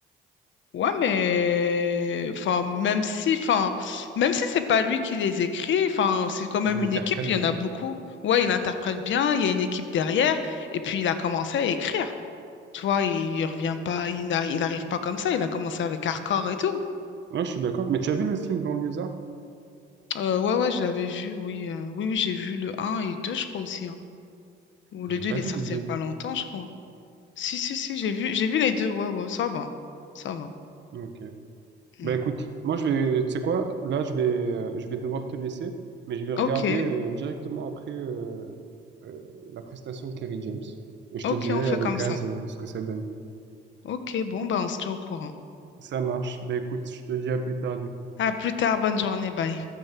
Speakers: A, on the left; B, on the right.
A: ouais, mais, enfin, même si, enfin, même si c'est pas lui qui les écrit, enfin, c'est quand même
B: Il interprète
A: une équipe, il
B: bien.
A: y en a beaucoup. Ouais, il interprète bien, il y a une équipe derrière, et puis il a commencé à écrire. Tu vois, il, il revient pas, il n'arrive pas comme ça, il a commencé avec Hardcore et tout.
B: Ouais, je suis d'accord. Mais tu as vu le film Banlieusard?
A: Euh, ouais, ouais, je l'avais vu, oui. euh, oui, oui, j'ai vu le un et 2 je crois aussi. hein. Ou
B: J'ai
A: le 2
B: pas
A: il est
B: vu
A: sorti
B: le deux.
A: il n'y a pas longtemps, je crois. Si, si, si, j'ai vu, j'ai vu les deux. Ouais, ouais, ça va. Ça va.
B: Ok.
A: Mm.
B: Bah écoute, moi je vais, tu sais quoi, là je vais, euh, je vais devoir te laisser, mais je vais regarder
A: Ok,
B: euh, directement après euh, euh, la prestation de Kerry James et je
A: ok,
B: te dirai
A: on fait
B: à l'occasion
A: comme ça.
B: euh, ce que ça donne.
A: Ok, bon, bah, on se tient au courant.
B: Ça marche. Bah écoute, je te dis à plus tard du coup.
A: À plus tard, bonne journée, bye.